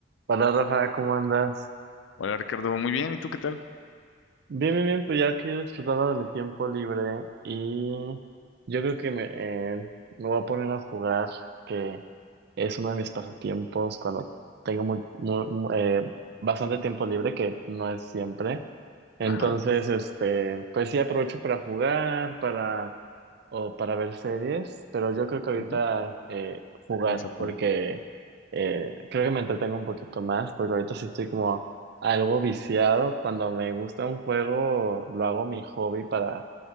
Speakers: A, on the right (about 60°); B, on the left (about 85°).
A: Hola Rafa, ¿cómo andas?
B: Hola Ricardo, muy bien, ¿y tú qué tal?
A: Bien, bien, bien, pues ya aquí disfrutando de mi tiempo libre y yo creo que me, eh, me voy a poner a jugar, que es uno de mis pasatiempos cuando tengo mu- mu- mu- eh, bastante tiempo libre, que no es siempre. Entonces,
B: Ajá,
A: este, pues sí aprovecho para jugar, para o para ver series, pero yo creo que ahorita
B: ujú,
A: eh, jugar,
B: la vas a poner.
A: porque eh, creo que me entretengo un poquito más, porque ahorita sí estoy como algo viciado, cuando me gusta un juego, lo hago mi hobby para